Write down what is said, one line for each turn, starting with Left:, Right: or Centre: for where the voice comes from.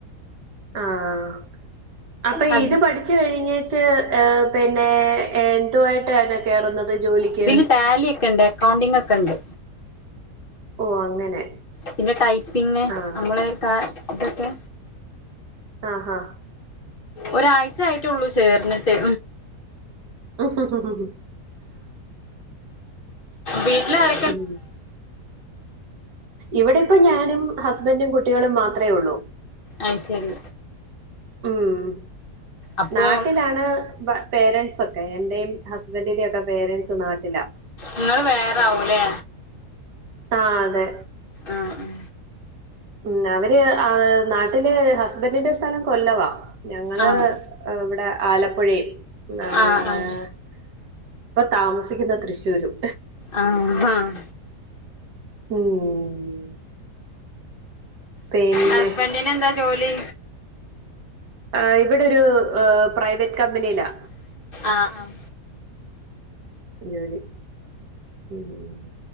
Right: ആഹ് അപ്പൊ
Left: ഹസ്
Right: ഇത് പഠി ജ്ജ്കഴിഞ്ഞായ്ച ഏ പിന്നെ എന്തുവായിട്ടാണ് കേറുന്നത്. ജോലിക്ക്
Left: ഇതീ ടാലി ഒക്കെ ഇണ്ട് അക്കൗണ്ടിംഗ് ഒക്കെ ഇണ്ട്
Right: ഓ അങ്ങനെ
Left: പിന്നെ ടൈപ്പിങ്
Right: ആഹ്
Left: നമ്മള് താ ഇതൊക്കെ
Right: ആഹ് ആഹ്
Left: ഒരാഴ്ചായിട്ടൊള്ളൂ ചേർന്നിട്ട്
Right: ഹും
Left: വീട്ടിലാരാ
Right: ഉം ഇവടെ ഇപ്പം ഞാനും ഹസ്ബൻറ്റും കുട്ടികളും മാത്രേ ഒള്ളൂ
Left: അയ്ശെരി
Right: ഉം
Left: അപ്പൊ
Right: നാട്ടിലാണ് പേരൻസൊക്കെ എന്റേം ഹസ്ബന്റിന്റെക്കെ പേരന്റ്സ് നാട്ടിലാ
Left: ഇങ്ങള് വേറെ ആവൂലേ.
Right: ആഹ് അതെ
Left: ആഹ് ആഹ്
Right: ഉം അവര് ആഹ് നാട്ടില് ഹസ്ബന്റിന്റെ സ്ഥലം കൊല്ലവാ ഞങ്ങള്
Left: ആഹ്
Right: ഏഹ് ഇവ്ട ആലപ്പുഴേം ഏഹ്
Left: ആഹ് ആഹ് ആഹ്
Right: ഇപ്പ താമസിക്കുന്ന തൃശ്ശൂ ശുരും
Left: ആഹ് ആഹ്
Right: ഉം പിന്നെ
Left: ഹസ്ബന്റിന് എന്താ ജോലി?
Right: ആഹ് ഇവടൊരു ഏഹ് പ്രൈവറ്റ് കമ്പനിലാ
Left: ആഹ് ആഹ്
Right: ജോലി ഉം ഉം